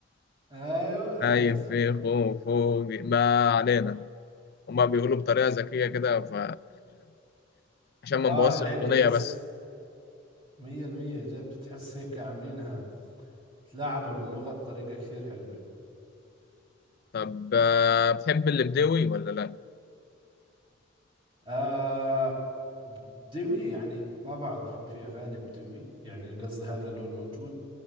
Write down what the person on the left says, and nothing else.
نايم في خفوقي ما علينا هما بيقولوا بطريقة ذكية كده ف <clears throat> عشان ما
نبوظش
الأغنية
بس
طب آه، بتحب اللي بدوي ولا لأ؟